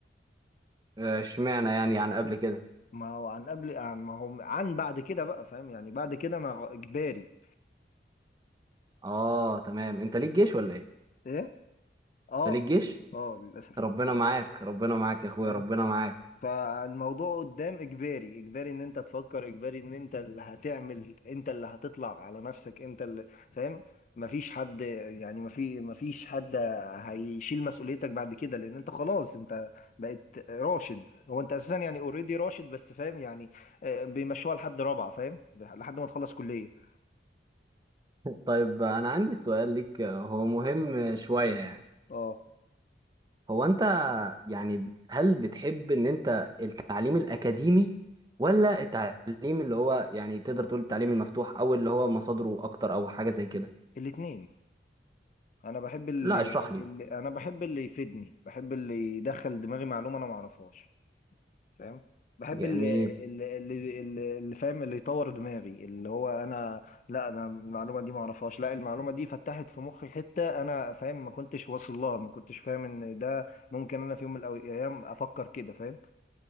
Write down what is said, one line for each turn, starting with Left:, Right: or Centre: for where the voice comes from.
Right: آه، اشمعنى يعني عن قبل كده
Left: ما هو عن قبل عن ما هو عن بعد كده بقى فاهم يعني بعد كده انا غ- اجباري
Right: اه تمام انت ليك
Left: انت
Right: جيش
Left: ف-
Right: ولا ايه
Left: ايه اه
Right: انت ليك جيش
Left: اه للاسف
Right: ربنا معاك ربنا معاك يا اخويا
Left: فاهم
Right: ربنا معاك
Left: فالموضوع قدام اجباري اجباري ان انت تفكر اجباري ان انت اللي هتعمل انت اللي هتطلع على نفسك انت اللي فاهم مفيش حد يعني مفي مفيش حد هيشيل مسؤوليتك بعد كده لان انت خلاص انت بقيت راشد هو انت اساسا يعني اوريدي راشد بس فاهم يعني آه، بيمشوها لحد رابعة فاهم لحد ما تخلص كلية
Right: طيب انا عندي سؤال ليك آه، هو مهم شويه يعني
Left: اه
Right: هو انت يعني هل بتحب ان انت التعليم الاكاديمي ولا التعليم اللي هو يعني تقدر تقول التعليم المفتوح او اللي هو مصادره اكتر او حاجة زي كده
Left: الاتنين انا بحب اللي,
Right: لا اشرح لي
Left: اللي انا بحب اللي يفيدني بحب اللي يدخل دماغي معلومه انا ما اعرفهاش فاهم بحب
Right: جميل
Left: اللي اللي اللي, اللي اللي فاهم اللي يطور دماغي اللي هو انا لا انا المعلومه دي ما اعرفهاش لا المعلومه دي فتحت في مخي حته انا فاهم ما كنتش واصل لها ما كنتش فاهم ان ده ممكن انا في يوم من الايام افكر كده فاهم